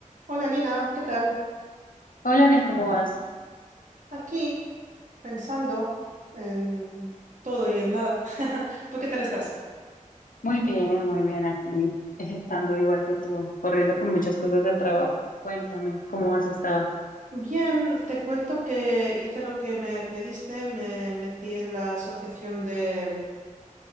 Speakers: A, on the right; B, on the left.
A: Hola Lina, ¿qué tal?
B: Hola, Ner, ¿cómo vas?
A: Aquí pensando en todo y en nada. <laughs> ¿Tú qué tal estás?
B: Muy bien, muy bien aquí, estando igual que tú, corriendo con muchas cosas del trabajo. Cuéntame, ¿cómo has estado?
A: Bien, te cuento que hice lo que me pediste, me metí en la Asociación de